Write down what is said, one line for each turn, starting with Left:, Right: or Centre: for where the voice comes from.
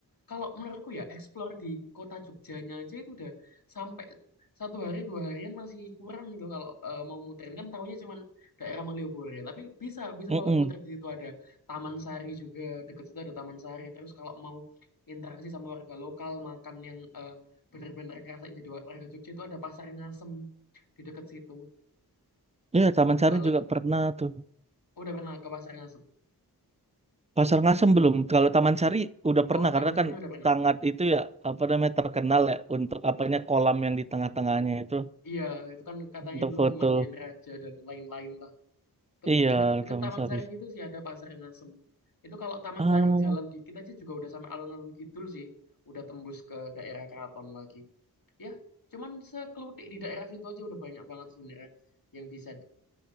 Left: kalau menurutku ya, explore di kota Jogjanya aja itu udah sampai satu hari dua harian masih kurang gitu kalau eh, mau muterin kan taunya cuman daerah Malioboro ya. Tapi bisa bisa
Right: mm
Left: banget muter di situ ada Taman Sari juga deket situ ada Taman Sari. Terus kalau mau interaksi sama warga lokal makan yang eh, bener-bener ngerasain jadi warga Jogja itu ada Pasar Ngasem di deket situ.
Right: ya Taman
Left: Itu jualan.
Right: Sari juga pernah tuh
Left: Udah pernah ke Pasar Ngasem?
Right: Pasar Ngasem belum kalau Taman Sari udah pernah
Left: Oh, Taman
Right: karena
Left: Sari
Right: kan
Left: udah pernah.
Right: sangat itu ya apa namanya terkenal ya untuk apanya kolam yang di tengah-tengahnya itu
Left: Iya, itu kan katanya
Right: untuk
Left: dulu
Right: foto
Left: pemandian raja dan lain-lain lah. Te-
Right: iya
Left: Deket, deket
Right: Taman
Left: Taman
Right: Sari
Left: Sari itu sih ada Pasar Ngasem. Itu kalau Taman
Right: ah
Left: Sari jalan dikit aja juga udah sama alun-alun kidul sih. Udah tembus ke daerah keraton lagi. Ya, cuman sekelutik di daerah situ aja udah banyak banget sebenarnya yang bisa